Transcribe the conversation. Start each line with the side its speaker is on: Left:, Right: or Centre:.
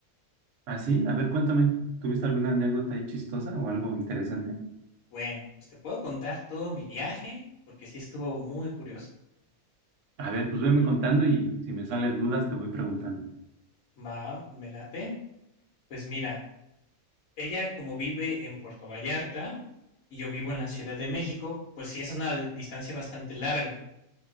Right: ¿Ah, sí? A ver, cuéntame, ¿tuviste alguna anécdota ahí chistosa o algo interesante?
Left: Bueno, pues te puedo contar todo mi viaje porque sí estuvo muy curioso.
Right: A ver, pues veme
Left: En pri-
Right: contando y si me salen dudas te voy preguntando.
Left: Va, me late. Pues mira, ella como vive en Puerto Vallarta y yo vivo en la Ciudad de México, pues sí es una di- distancia bastante larga.